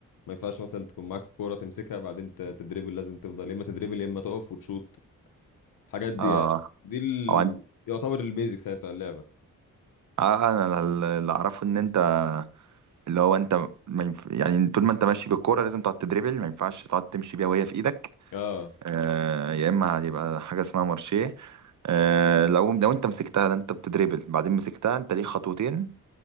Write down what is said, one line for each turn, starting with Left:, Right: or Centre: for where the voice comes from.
Left: ما ينفعش مثلا تكون معاك الكوره تمسكها بعدين ت- تدريبل لازم تفضل يا اما تدريبل يا اما تقف وتشوت الحاجات دي
Right: اه
Left: يعني دي ال...
Right: او انت
Left: يعتبر البيزكس يعني بتاع اللعبه
Right: آه انا ال- اللي اعرفه ان انت اللي هو انت ما ينف... يعني طول ما انت ماشي بالكوره لازم تقعد تدريبل ما ينفعش تقعد تمشي بيها وهي في ايدك
Left: اه
Right: آه يا اما هيبقى حاجه اسمها مارشيه آه لو لو انت مسكتها ده انت بتدريبل بعدين مسكتها انت ليك خطوتين